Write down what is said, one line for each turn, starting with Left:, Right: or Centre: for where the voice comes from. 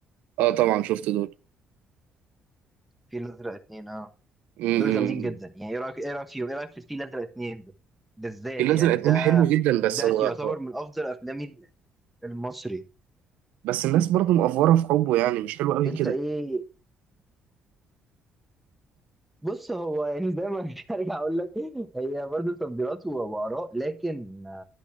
Right: اه طبعا شفت دول
Centre: الفيل الازرق اتنين اه
Right: امم
Centre: دول جامدين جدا يعني ايه رايك ايه رايك فيهم ايه رايك في الفيل الازرق اتنين ده بالذات
Right: الفيل الأزرق
Centre: يعني
Right: اتنين
Centre: ده
Right: حلو جدا بس
Centre: ده
Right: هو
Centre: يعتبر
Right: اه.
Centre: من افضل افلامي المصري
Right: بس الناس برضو مقفورة في حبه يعني مش حلو قوي
Centre: انت
Right: كده
Centre: ايه بص هو يعني زي ما <laughs> ارجع اقول لك هي برضه تفضيلات و- واراء لكن